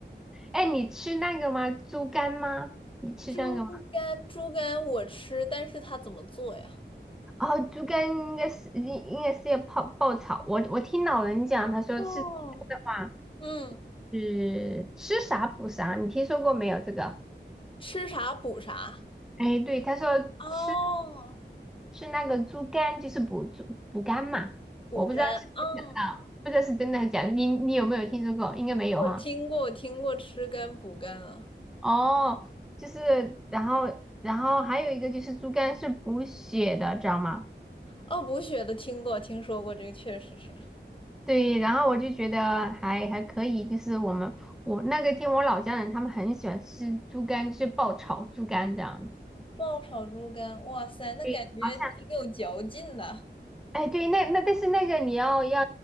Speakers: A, in the centre; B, on the left.
A: 哎，你吃那个吗？猪肝吗？你吃那个吗？
B: 猪肝，猪肝我吃，但是它怎么做呀？
A: 哦，猪肝应该是应应该是要泡爆炒。我我听老人讲，他说吃猪肝的话
B: 哦，嗯，
A: 是吃啥补啥，你听说过没有这个？
B: 吃啥补啥。
A: 哎，对，他说吃
B: 哦，
A: 吃那个猪肝就是补猪补肝嘛，
B: 补肝。
A: 我不知道是真的啊，
B: 哦，
A: 不知道是真的还是假的。你你有没有听说过？应该没有哈。
B: 我听过，我听过吃肝补肝啊。
A: 哦，就是然后然后还有一个就是猪肝是补血的，知道吗？
B: 哦，补血的听过，听说过，这个确实是。
A: 对，然后我就觉得还还可以，就是我们我那个听我老家人他们很喜欢吃猪肝，就是爆炒猪肝这样子。
B: 爆炒猪肝，哇塞，那感觉挺有嚼劲的。
A: 对，好像哎对，那那但是那个你要要